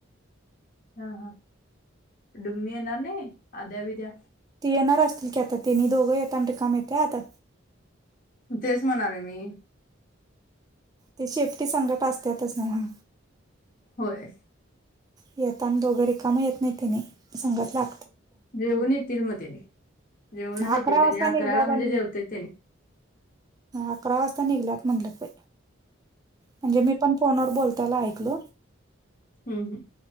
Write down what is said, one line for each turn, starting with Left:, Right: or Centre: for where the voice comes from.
Left: हा हा डुम्मी येणार नाही आद्या ब द्या
Right: ती येणार असतील की आता ति दोघं येत र काम येते आता
Left: तेच म्हणाले मी
Right: ते शेफ्टी संगट असतातच ना ह
Left: होय
Right: येताना दोघं रिकम येत नाही त्याने संांगातला.
Left: जेऊन येतील मग त्याने जेऊनच
Right: अकरा
Left: येतील त्यानी
Right: वाजता
Left: अकराला
Right: निघल्यात
Left: म्हणजे
Right: आणि
Left: जेवते त्यानी
Right: अकरा वाजता निघलात म्हटलं. म्हणजे मी पण फोनवर बोलताय ऐकलो.
Left: हम् हम्